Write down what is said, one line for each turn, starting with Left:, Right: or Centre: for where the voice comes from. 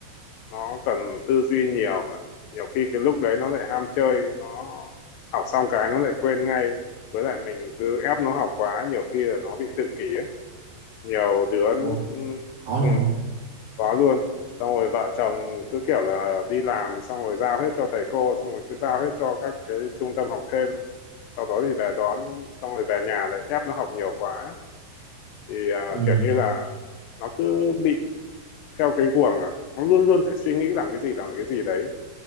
Left: nó cần tư duy nhiều mà nhiều khi cái lúc đấy nó lại ham chơi nó học xong cái nó lại quên ngay với lại mình cứ ép nó học quá nhiều khi là nó bị tự kỷ ấy nhiều đứa
Right: Ồ,
Left: ừ,
Right: có
Left: ừ,
Right: luôn á.
Left: có luôn xong rồi vợ chồng cứ kiểu là đi làm xong rồi giao hết cho thầy cô xong rồi cứ giao hết cho các cái trung tâm học thêm sau đó thì về đón xong rồi về nhà lại ép nó học nhiều quá thì à,
Right: ừ,
Left: kiểu như là nó cứ bị theo cái guồng là nó luôn luôn phải suy nghĩ làm cái gì làm cái gì đấy